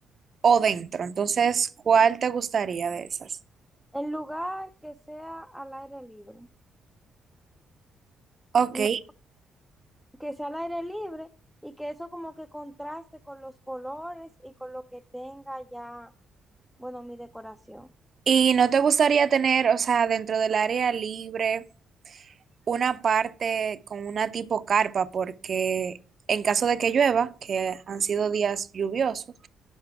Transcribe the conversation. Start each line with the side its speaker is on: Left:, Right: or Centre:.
Right: o dentro. Entonces, ¿cuál te gustaría de esas?
Centre: El lugar que sea al aire libre,
Right: Ok,
Centre: no, que sea al aire libre y que eso como que contraste con los colores y con lo que tenga ya, bueno, mi decoración.
Right: ¿y no te gustaría tener, o sea, dentro del área libre, una parte con una tipo carpa? Porque en caso de que llueva, que han sido días lluviosos,